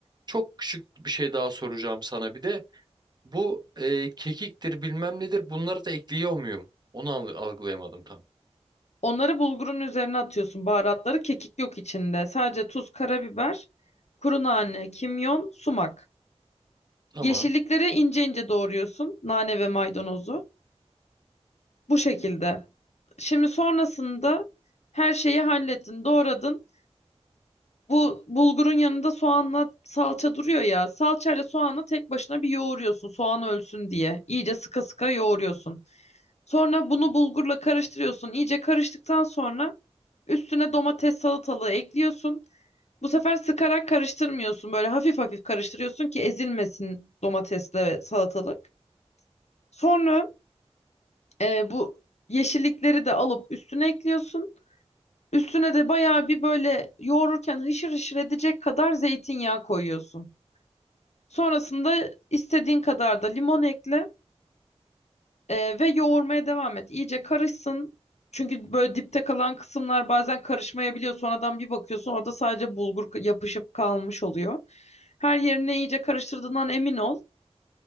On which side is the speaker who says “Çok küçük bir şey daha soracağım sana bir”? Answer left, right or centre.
Right